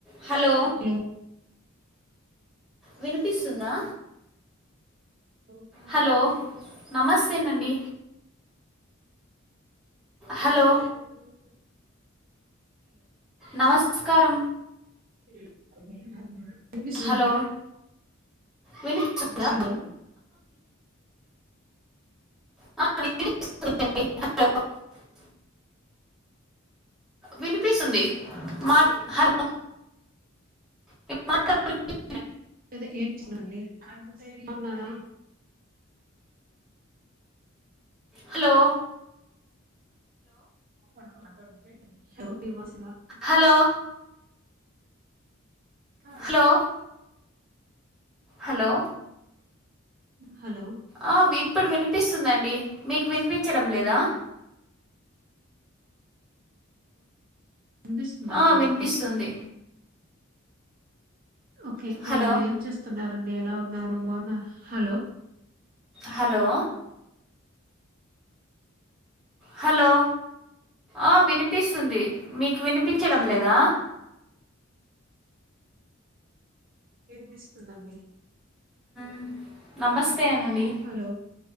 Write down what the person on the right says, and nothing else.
హ లో
అఓ
బ స
అ
హలో
దే ఏడ్చిన అండి బావున్నారా
మా హలో <unintelligible>
ఆ చె
హలో
వినిపిస్తుందండి
నాకు ఓకే
ఎ ఏం చేస్తున్నారండి ఎలా ఉన్నారు బాగున్నా హలో
హలో
వినిపిస్తుందండి
హలో